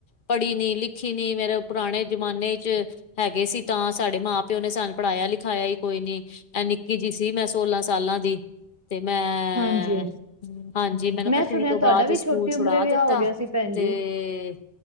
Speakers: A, on the left; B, on the right.
A: ਪੜ੍ਹੀ ਨੀ ਲਿਖੀ, ਨੀ ਮੇਰੇ ਪੁਰਾਣੇ ਜ਼ਮਾਨੇ ਚ। ਹੈਗੇ ਸੀ ਤਾਂ ਸਾਡੇ ਮਾਂ ਪਿਓ ਨੇ, ਸਾਨੂੰ, ਪੜ੍ਹਾਇਆ ਲਿਖਾਇਆ ਹੀ ਕੋਈ ਨੀ। ਇਹ ਨਿੱਕੀ ਜਿਹੀ ਸੀ, ਮੈਂ ਸੋਲਾਂ ਸਾਲਾਂ ਦੀ। ਤੇ ਮੈਂ
B: ਹਾਂਜੀ ਹਾਂਜੀ
A: ਹਾਂਜੀ ਮੈਨੂੰ
B: ਮੈਂ
A: ਅੱਠਵੀਂ
B: ਸੁਣਿਆ
A: ਤੋਂ
B: ਤੁਹਾਡਾ
A: ਬਾਅਦ,
B: ਵੀ
A: ਸਕੂਲ
B: ਛੋਟੀ
A: ਛੁਡਾ
B: ਉਮਰੇ ਵਿਆਹ
A: ਦਿੱਤਾ
B: ਹੋ ਗਿਆ
A: ਤੇ।
B: ਸੀ ਭੈਣ
A: ਤੇ
B: ਜੀ